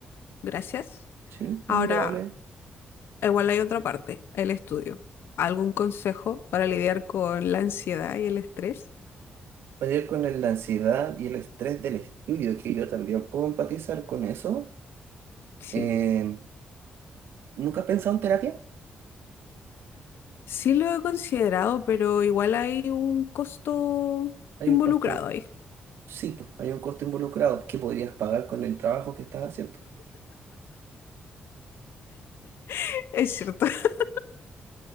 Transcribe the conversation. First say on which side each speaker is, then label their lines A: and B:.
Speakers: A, on the left; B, on the right.
A: Gracias.
B: sí,
A: Ahora,
B: es agradable.
A: igual hay otra parte, el estudio. ¿Algún consejo para lidiar con la ansiedad y el estrés?
B: Pelear con el- la ansiedad y el estrés del estudio, que yo también puedo empatizar con eso.
A: Sí,
B: Em, ¿nunca has pensado en terapia?
A: sí lo he considerado, pero igual hay un costo
B: Hay
A: involucrado
B: un costo,
A: ahí.
B: sí, pues, hay un costo involucrado que podrías pagar con el trabajo que estás haciendo.
A: <laughs> Es cierto, <laughs>